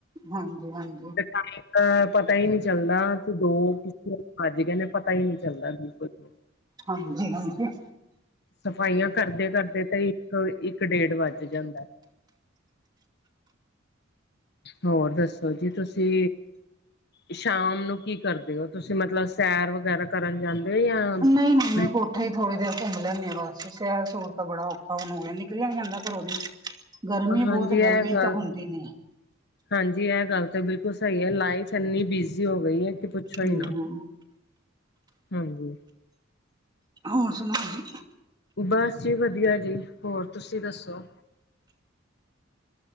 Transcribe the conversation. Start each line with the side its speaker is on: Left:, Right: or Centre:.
Right: ਹਾਂਜੀ ਹਾਂਜੀ
Left: ਤੇ ਤਾਈ ਅਹ ਪਤਾ ਈ ਨਈ ਚੱਲਦਾ, ਕਿ ਦੋ ਕਿਸ ਵੇਲੇ ਵੱਜ ਗਏ ਨੇ, ਪਤਾ ਈ ਨਈ ਚੱਲਦਾ ਬਿਲਕੁਲ। ਵੀ।
Right: ਹਾਂਜੀ-ਹਾਂਜੀ।
Left: ਸਫ਼ਾਈਆਂ ਕਰਦੇ-ਕਰਦੇ ਤੇ ਇੱਕ, ਇੱਕ ਡੇਢ ਵੱਜ ਜਾਂਦਾ ਏ। ਹੋਰ ਦੱਸੋ ਜੀ ਤੁਸੀਂ? ਸ਼ਾਮ ਨੂੰ ਕੀ ਕਰਦੇ ਔ ਤੁਸੀਂ? ਮਤਲਬ ਸੈਰ ਵਗੈਰਾ ਕਰਨ ਜਾਂ ਹੋ
Right: ਨਈ-ਨਈ
Left: ਬਿਲ
Right: ਮੈਂ ਬੋ ਈਥੇ ਈ ਥੋੜੀ ਦੇਰ ਘੁੰਮ ਲੈਂਣੀ ਆ ਬੱਸ, ਸੈਰ ਸੂਰ ਤਾਂ ਬੜਾ ਔਖਾ ਹੁਣ ਹੋ ਗਿਆ, ਨਿਕਲਿਆ ਨਈ ਜਾਂਦਾ ਘਰੋਂ ਦੀ। ਗਰਮੀ
Left: ਹਾਂਜੀ
Right: ਬੋਤ ਏ,
Left: ਇਹ
Right: ਗਰਮੀ ਈ
Left: ਗੱਲ
Right: ਤਾਂ ਹੁੰਦੀ ਨੀ।
Left: ਹਾਂਜੀ ਏਹ ਗੱਲ ਤੇ ਬਿਲਕੁਲ ਸਈ ਏ, ਲਾਈਫ ਐੰਨੀ ਬਿਜ਼ੀ ਹੋ ਗਈ ਹੈ ਕਿ ਪੁੱਛੋ ਹੀ
Right: ਹੂੰ
Left: ਨਾ।
Right: ਹੂੰ
Left: ਹਾਂਜੀ।
Right: ਹੋਰ ਸੁਣਾਓ ਜੀ।
Left: ਬਸ ਜੀ ਵਧੀਆ ਜੀ, ਹੋਰ ਤੁਸੀਂ ਦੱਸੋ।